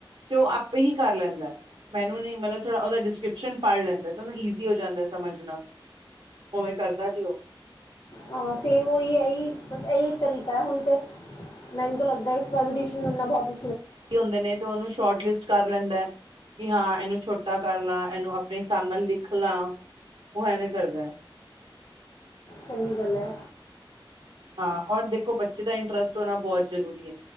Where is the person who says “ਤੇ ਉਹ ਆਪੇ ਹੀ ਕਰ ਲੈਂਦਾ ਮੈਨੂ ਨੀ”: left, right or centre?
Right